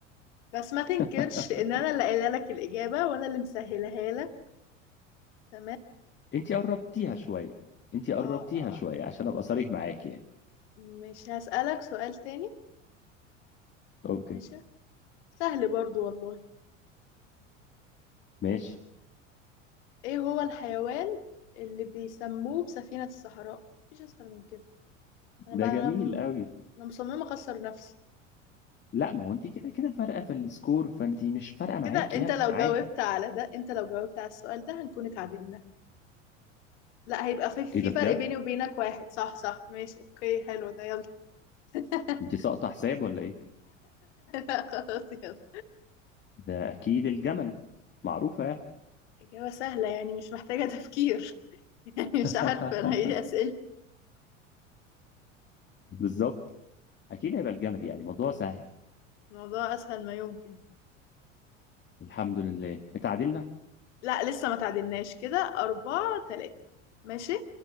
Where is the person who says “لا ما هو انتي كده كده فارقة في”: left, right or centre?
Left